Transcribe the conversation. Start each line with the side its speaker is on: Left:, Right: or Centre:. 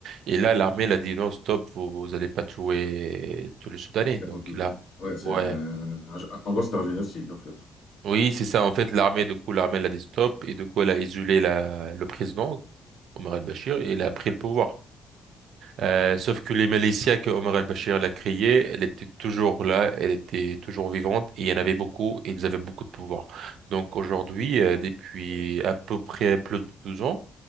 Right: Et là, l'armée elle a dit non, stop, vous, vous allez pas tuer tous les Soudanais. Donc
Left: La popul-
Right: là,
Left: Ouais, c'est
Right: ouais,
Left: un- un- en gros c'est un génocide en fait.
Right: oui, c'est ça. En fait, l'armée, du coup, l'armée elle a dit stop, et du coup, elle a isolé la, le président Omar al-Bashir et elle a pris le pouvoir. Euh, sauf que les Malaysiens que Omar al-Bashir l'a créée, elle était toujours là, elle était toujours vivante, et il y en avait beaucoup, et ils avaient beaucoup de pouvoir. Donc aujourd'hui, euh, depuis à peu près plus de 12 ans,